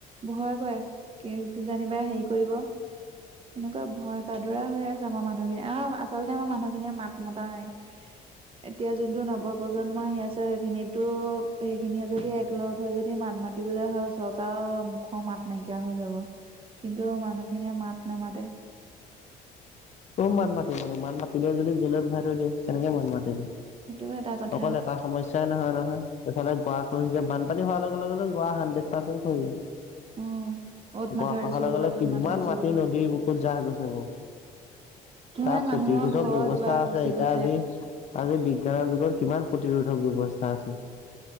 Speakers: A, on the right (about 35°); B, on the left (about 45°).
A: ভয় কয় কি কি জানিবা হেৰি কৰিব এনেকুৱা ভয় পাদুৰা হৈ আছ- যে আমা মানুহখিনি আও আচলতে আমা মানুহখিনিয়ে মাত মতা নাই। এতিয়া যোনটো নৱপ্ৰজন্ম আহি আছে সেইখিনিয়েটো সেইখিনিয়ে যদি লগ হৈ যদি মাত মাতিবলে হয় চৰকাৰ মুখৰ মাত নাইকিয়া হৈ যাব, কিন্তু মানুহখিনিয়ে মাত নেমাতে।
B: ক'ত মাত মাতিবনো মাত মাতিলে যদি জেলত ভৰাই থৈ দিয়ে কেনেকে মাত মাতিম
A: সেইটোও এটা কথা
B: অকল এটা সমস্যাই নহয় নহয় এইফালে গোৱা খহিছে বানপানী হোৱাৰ লগে লগে গোৱা হাড্ৰেড পাৰ্চেণ্ট খহিব।
A: <inaudible> অ'ত
B: গোৱা
A: মাথাউৰি
B: খহাৰে
A: ছিগিব
B: লগে
A: ত'ত
B: কিমান
A: মাথাউৰি ছিগিব
B: মাটি নদী বুকুত জাহ গৈছে নো।
A: কিমান
B: তাৰ প্ৰতিৰোধক
A: মানুহৰ ঘৰ
B: ব্যৱস্থা
A: দুৱাৰ
B: আছে
A: গুচি
B: ইতা
A: গৈছে
B: যি আজি বিজ্ঞানৰ যুগৰ কিমান প্ৰতিৰোধক ব্যৱস্থা আছে।